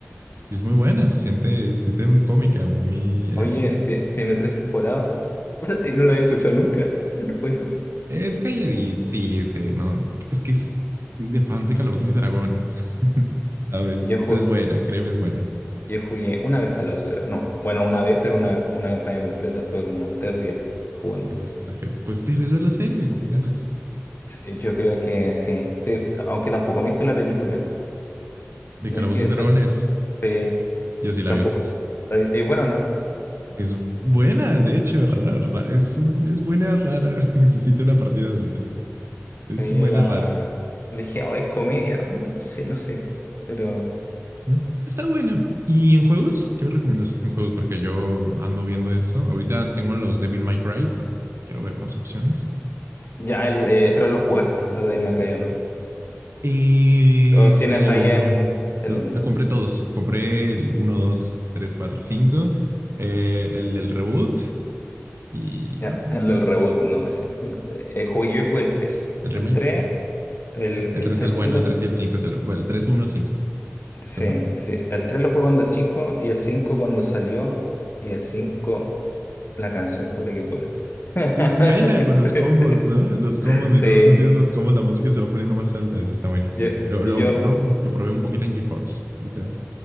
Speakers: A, on the right; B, on the left.
A: y es muy buena, se siente, se siente muy cómica, muy... eh,
B: Oye, ti- tiene tres temporadas. <laughs> Y no la
A: es,
B: había escuchado nunca. <laughs> Eh, No puede ser.
A: es calladita, sí, es, eh, no, es que es de fans de Calabozos y Dragones, <laughs> ¿sabes?
B: Y yo jugué.
A: Pero es buena, créeme, es buena.
B: Yo jugué una vez Calabozos. y Dra- No, bueno, una vez, pero una, una campaña completa. Estuve como tres días jugando.
A: Oye, eso está heavy. Pues debes ver la serie con más ganas.
B: Sí, Yo creo que sí, sí, aunque tampoco me he visto la película.
A: De
B: No
A: Calabozos
B: es que
A: y Dragones.
B: sal- sí,
A: Yo sí la
B: tampoco.
A: vi.
B: la- eh, bueno, no.
A: Es buena, de hecho, rara, rara. Es, un- es buena, rara. <laughs> Se siente una partida de literal.
B: Sí,
A: Es buena,
B: yo la
A: rara.
B: dije, oh, es comedia. mm, Sí, no sé. Pero
A: ¿Mm? Está buena. ¿Y en juegos? ¿Qué me recomiendas en juegos? Porque yo ando viendo eso. Ahorita tengo los Devil May Cry, pero quiero ver más opciones.
B: ya, el, eh, pero lo jugaste, lo del Macrayo, ¿no?
A: Y
B: O los
A: estoy
B: tienes
A: en el
B: ahí
A: uno.
B: en el
A: Los,
B: uno
A: lo compré todos. Compré el uno, 2, 3, 4, cinco. eh, el del reboot. Y
B: Ya,
A: ya creo.
B: el del reboot, no. ese- eh, jugué- yo jugué el tres
A: El remake,
B: El tres
A: creo.
B: el,
A: El
B: el
A: 3
B: tres
A: es el
B: cuando.
A: bueno, el 3 y el 5 es el, bueno, el 3, 1, 5.
B: Sí,
A: Está bueno.
B: sí. El 3 lo jugué cuando chico y el 5 cuando salió. Y el cinco La canción puta que buena. <laughs>
A: Y es buena con los combos, ¿no? Los combos,
B: Sí,
A: mientras vas haciendo los combos, la música se va poniendo más alta. Eso está buenísimo.
B: yo,
A: Lo,
B: yo,
A: lo, no, lo probé un poquito en GeForce, literal.